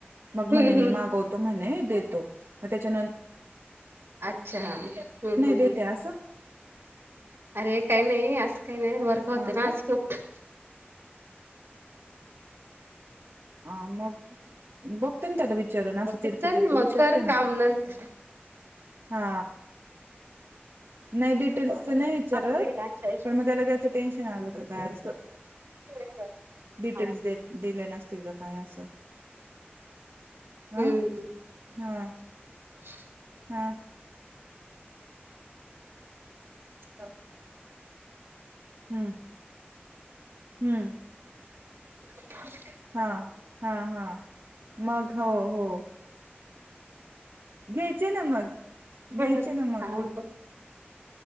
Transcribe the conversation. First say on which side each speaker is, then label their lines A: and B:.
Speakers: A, on the right; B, on the right.
A: मग म्हणे
B: हम्म
A: मी
B: हम्म
A: मागवतो म्हणे देतो मग त्याच्यानंत
B: अच्छा हुं हुं
A: देते
B: हुं
A: असं
B: अरे काही नाही असं काही नाही वर्क होतं
A: हा
B: ना
A: का
B: आज खूप
A: ह मग बघते ना त्याला वी विचरण असं
B: ओके
A: तिरपतिरपं
B: चल मग
A: विचारते
B: कर काम
A: ना
B: नंतर
A: हा नाही डिटेल्सच नाही विचारत
B: आपलं ते लहानच्या आयुष्यात
A: पण मग त्याला त्याचं टेन्शन आलं का काय असं
B: <unintelligible>
A: डिटेल्स देत दिले नसतील का काय असं हं
B: हम्म
A: हा
B: <unintelligible>
A: हां
B: हा
A: हुं हुं
B: <unintelligible>
A: हा हा हा मग हो हो घ्यायचे ना मग घ्यायचे
B: हुं
A: ना मग
B: आम्हीपण